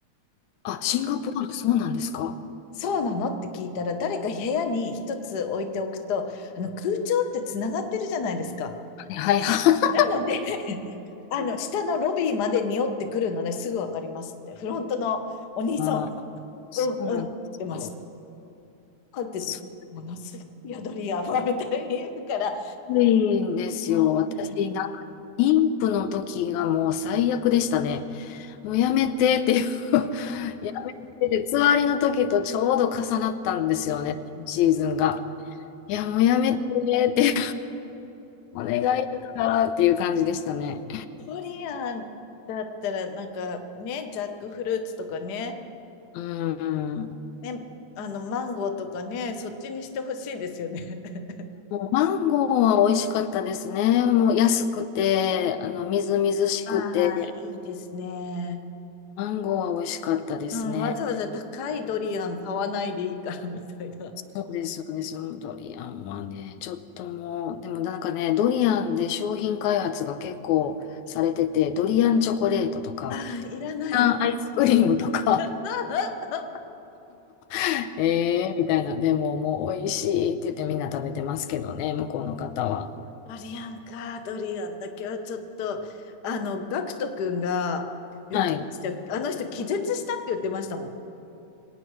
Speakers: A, on the left (about 80°); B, on the left (about 65°).
A: あ、シンガポール、そうなんですかは
B: そうなのって聞いたら、誰か部屋に一つ置いておくと、あの空調ってつながってるじゃないですか。
A: いはいはい。
B: なので、<laughs> あの、下のロビーまで匂ってくるのね、すぐわかりますって。フロントのお兄さん、
A: あー、そうなんですよ。
B: うん、うんって言ってました。あって言って、
A: す
B: ものすごいよ、ドリアンは、みたいに言うから、
A: ごいんですよ。
B: あ
A: 私、なんか、妊婦の時がもう最悪でしたね。もうやめてっていう <laughs> やめてって、つわりの時とちょうど重なったんですよね、シーズンが。いや、もうやめてって。いうこれがいいからっていう感じでしたね。
B: ドリアンだったら、なんかね、ジャックフルーツとかね、
A: うん。
B: ね、あの、マンゴーとかね、そっちにしてほしいですよね。<laughs>
A: マンゴーは美味しかったですね。もう安くて、あの、みずみずしくて、
B: ああ、いいですね。
A: マンゴーは美味しかったですね。
B: うん、わざわざ高いドリアン買わないでいいからみたいな。
A: そうです、そうです。もうドリアンはね、ちょっともう、でもなんかね、ドリアンで商品開発が結構されてて、ドリアンチョコレートとか、
B: ああ、いらないな。
A: ドリアンアイスクリームとか、
B: <laughs>
A: <laughs> えーみたいな、でももう美味しいって言ってみんな食べてますけどね、向こうの方は。
B: ドリアンか、ドリアンだけはちょっと、あの、ガクト君が言ってました。
A: はい。
B: あの人気絶したって言ってましたもん。